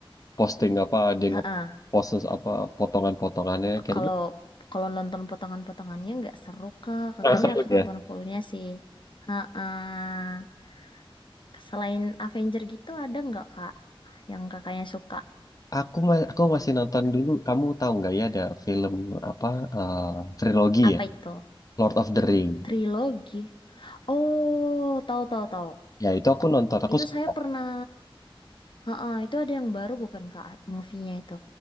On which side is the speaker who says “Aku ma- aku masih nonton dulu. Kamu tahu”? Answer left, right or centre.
Left